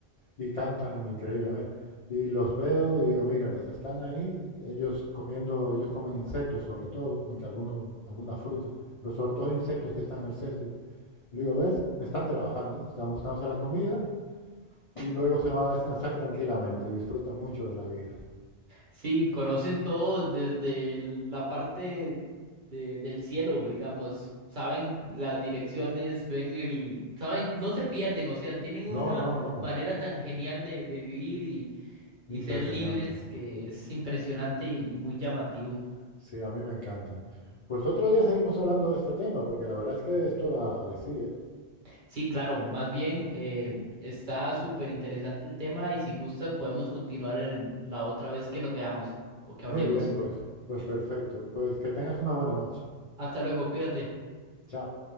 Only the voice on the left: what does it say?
y cantan increíblemente. Y los veo y digo, míralos, están ahí, ellos comiendo, ellos comen insectos sobre todo, aunque algunos, alguna fruta, pero sobre todo insectos que están en el césped. Y digo, ¿ves? Están trabajando, están buscándose la comida y luego se van a descansar tranquilamente y disfrutan mucho de la vida.
No, no, no.
Impresionante.
Sí, a mí me encantan. Pues otro día seguimos hablando de este tema, porque la verdad es que esto da de sí, ¿eh?
Muy
bien, pues, pues perfecto. Pues que tengas una buena noche.
Chao.